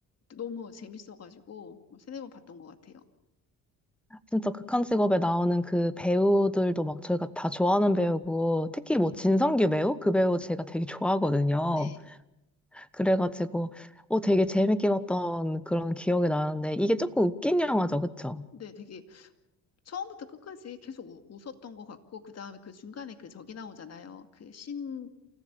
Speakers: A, on the left; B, in the centre.
A: 너무 재밌어가지고 뭐 세네 번 봤던 것 같아요.
B: 진짜 극한 직업에 나오는 그 배우들도 막 저희가 다 좋아하는 배우고, 특히 뭐 진성규 배우? 그 배우 제가 되게 좋아하거든요.
A: 네,
B: 그래가지고 어 되게 재밌게 봤던 그런 기억이 나는데 이게 조금 웃긴 영화죠, 그쵸?
A: 네, 되게 처음부터 끝까지 계속 우- 웃었던 것 같고 그 다음에 그 중간에 그 저기 나오잖아요. 그 신,